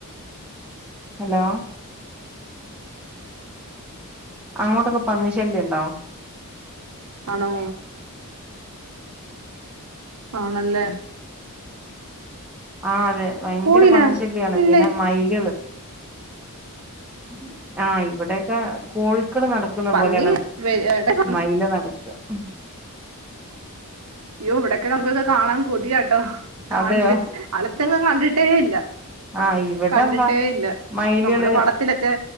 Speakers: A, in the centre; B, on the right (about 80°).
A: ഹലോ അങ്ങോട്ടൊക്കെ പന്നിശല്യ ഇണ്ടോ
B: ആണോ ആണ് അല്ലെ?
A: ആഹ് അതെ ഭയങ്കര
B: പോയില്ല
A: പന്നി ശല്ല്യയാണ്
B: ഇല്ല
A: പിന്നെ മയിലെൾ ഉം ആഹ് ഇവ് ഇവ്ടെയൊക്കെ കോഴിക്കെൾ നട്ക്ക്ന്ന
B: പന്നി
A: പോലെയാണ്
B: വെ- എടെ-
A: മയിൽ നട് <unintelligible> ഉം
B: അയ്യോ ഇവ്ടൊക്കെ നമുക്കൊക്കെ കാണാൻ കൊതിയാട്ടോ കാണ്ട്
A: അതെയോ
B: അട്ത്തെങ്ങും കണ്ടിട്ട് ട്ടെ ഇല്ല
A: ആഹ് ഇവെടെംമ്പ
B: കണ്ടിട്ടേ ഇല്ല
A: മയിലെൾ
B: നമ്മള് പടത്തിലൊക്കെ